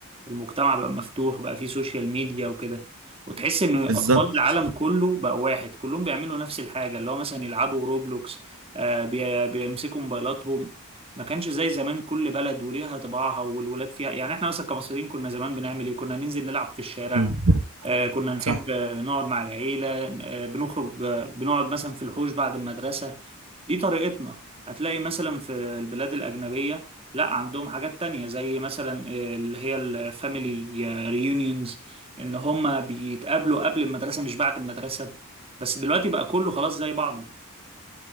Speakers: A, on the right (about 25°); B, on the right (about 70°).
A: المجتمع بقى مفتوح بقى فيه سوشيال ميديا وكده وتحس ان
B: بالظبط
A: اطفال العالم كله بقى واحد كلهم بيعملوا نفس الحاجه اللي هو مثلا يلعبوا روبلوكس آه بي- بيمسكوا موبايلاتهم ما كانش زي زمان كل بلد وليها طباعها والولاد فيها يعني احنا مثلا كمصريين كنا زمان بنعمل ايه كنا ننزل نلعب في الشارع
B: مم.
A: آه كنا نحب
B: صح
A: آه، نقعد مع العيله آه بنخرج آه بنقعد مثلا في الحوش بعد المدرسه دي طريقتنا هتلاقي مثلا في البلاد الأجنبية لا عندهم حاجات تانية زي مثلا اللي هي الفاميلي ريونيونز إن هما بيتقابلوا قبل المدرسة مش بعد المدرسة بس دلوقتي بقى كله خلاص زي بعضه